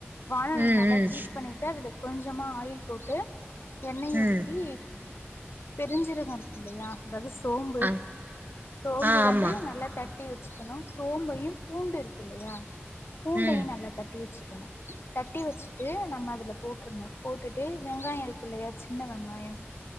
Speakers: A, on the left; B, on the right.
A: வானொலியில்
B: ம்
A: நல்லா
B: ம்
A: ஹீட் பண்ணிட்டு அதில் கொஞ்சமா ஆயில் போட்டு எண்ணெயை
B: ம்
A: ஊத்தி பெருஞ்சீரகம் இருக் இல்லையா அதாவது சோம்பு
B: ஆ
A: சோம்பு
B: ஆ
A: வந்து
B: ஆமா
A: நல்லா தட் தட்டி வச்சுக்கணு சோம்பையு பூண்டு இருக்கு இல்லையா பூண்டையும்
B: ம்
A: நல்ல தட் தட்டி வச்சுக்கணு தட்டி வச்சுட்டு நம்ம அதுல போட்ருன்னு போட்டுட்டு வெங்காய இருக்குல்லையா சின்ன வெங்காயம்